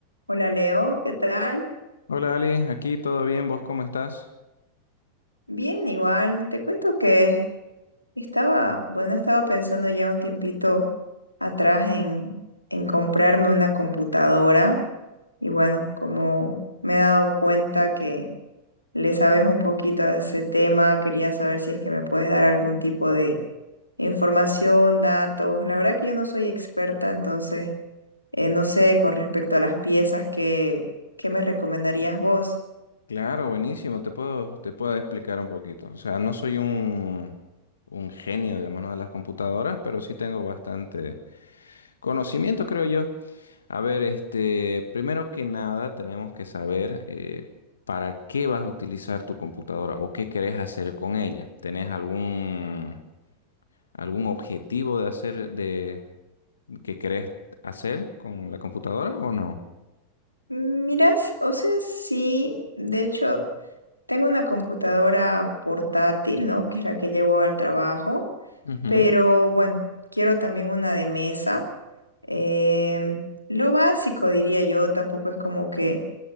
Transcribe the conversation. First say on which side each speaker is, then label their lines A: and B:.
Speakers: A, on the left; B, on the left.
A: Hola Leo, ¿qué tal?
B: Hola Ali, aquí todo bien, ¿vos cómo estás?
A: Bien, igual. Te cuento que estaba, bueno, estaba pensando ya un tiempito atrás en, en comprarme una computadora y bueno, como me he dado cuenta que le sabes un poquito a ese tema, quería saber si es que me puedes dar algún tipo de información, datos. La verdad que yo no soy experta, entonces eh, no sé con respecto a las piezas que, ¿qué me recomendarías vos?
B: Claro, buenísimo, te puedo, te puedo explicar un poquito. O sea, no soy un, un genio, digamos, ¿no? de las computadoras, pero sí tengo bastante conocimiento, creo yo. A ver, este, primero que nada tenemos que saber eh, para qué vas a utilizar tu computadora o qué querés hacer con ella. ¿Tenés algún, algún objetivo de hacer, de, que querés hacer con la computadora o no?
A: Miras, o sea, sí, de hecho, tengo una computadora portátil, ¿no? Que es la que llevo al trabajo.
B: Ujú.
A: Pero bueno, quiero también una de mesa. Em, lo básico, diría yo, tampoco es como que